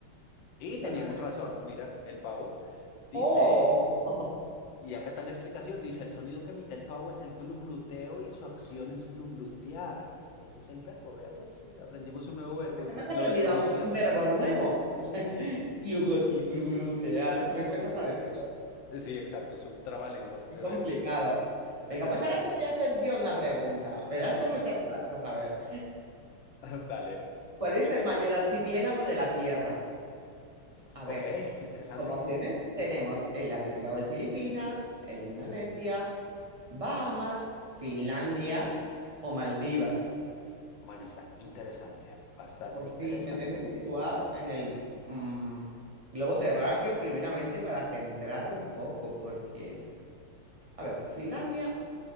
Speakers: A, on the left; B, on the right.
A: Y
B: sorpresa.
A: teníamos razón, mira, el pavo dice,
B: ¡Oh! <laughs>
A: y acá está la explicación, dice, el sonido que emite el pavo es el glugluteo y su acción es gluglutear. Ese es el verbo, vea pues, aprendimos un nuevo verbo,
B: Pues hemos
A: lo
B: aprendido
A: desconocía
B: algo, un
A: totalmente.
B: verbo nuevo. <laughs>
A: Sí.
B: Glugoti- Glutear, es que me cuesta
A: Gluglutear.
B: hasta decirlo.
A: Eh, Sí, exacto, es un trabalenguas ese
B: Qué complicado.
A: verbo, <laughs> pero
B: Venga, pues
A: bueno,
B: ahora te voy a hacer yo una pregunta. Verás
A: listo.
B: cómo están las vas a ver.
A: <laughs> Dale,
B: ¿Cuál es
A: venga.
B: el mayor archipiélago de la Tierra? A
A: Ok,
B: ver.
A: interesante.
B: Como opciones tenemos el archipiélago de Filipinas, el de Indonesia, Bahamas, Finlandia o Maldivas.
A: Bueno, está interesante, bastante
B: Pues
A: interesante.
B: sí, me tengo que situar en el mm, globo terráqueo primeramente para centrar un poco, porque, a ver, Finlandia,